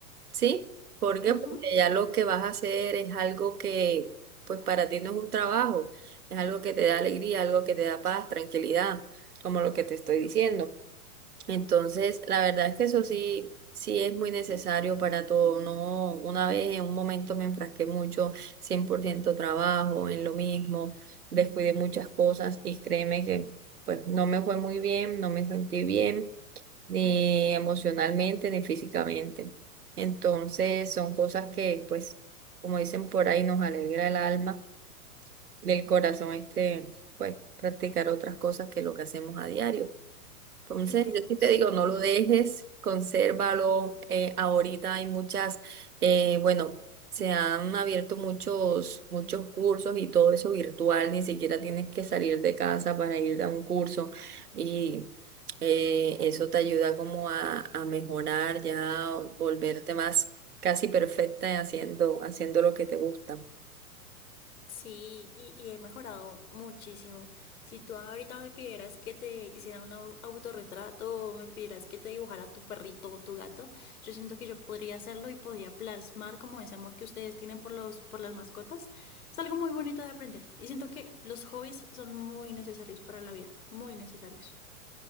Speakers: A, on the right; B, on the left.
A: ¿Sí? ¿Por qué?
B: Ujú.
A: Porque ya lo que vas a hacer es algo que pues para ti no es un trabajo, es algo que te da alegría, algo que te da paz, tranquilidad, como lo que te estoy diciendo. Entonces, la verdad es que eso sí, sí es muy necesario para todo. No, una vez en un momento me enfrasqué mucho, 100% trabajo, en lo mismo, descuidé muchas cosas y créeme que pues no me fue muy bien, no me sentí bien, ni emocionalmente, ni físicamente. Entonces, son cosas que pues, como dicen por ahí, nos alegra el alma, del corazón este, pues practicar otras cosas que lo que hacemos a diario. Entonces,
B: Y que somos,
A: yo sí te digo, no
B: sí.
A: lo dejes, consérvalo. eh, ahorita hay muchas, eh, bueno, se han abierto muchos, muchos cursos y todo eso virtual, ni siquiera tienes que salir de casa para ir a un curso y eh, eso te ayuda como a, a mejorar, ya volverte más casi perfecta haciendo, haciendo lo que te gusta.
B: Sí, y, y he mejorado muchísimo. Si tú ahorita me pidieras que te hiciera un au- autorretrato o me pidieras que te dibujara tu perrito o tu gato, yo siento que yo podría hacerlo y podía plasmar como ese amor que ustedes tienen por los, por las mascotas. Es algo muy bonito de aprender y siento que los hobbies son muy necesarios para la vida, muy necesarios.